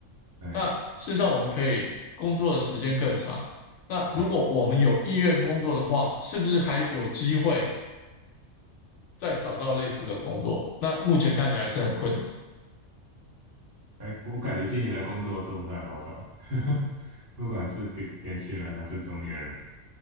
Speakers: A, on the right (about 20°); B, on the left (about 75°).
A: 哎
B: 那事实上，我们可以工作的时间更长。那如果我们有意愿工作的话，
A: 对，
B: 是不是还有机会再找到类似的工作？那目前看起来是很困难
A: 哎，我感觉今年的工作都不太好找，<laughs> 不管是给年轻人还是中年人，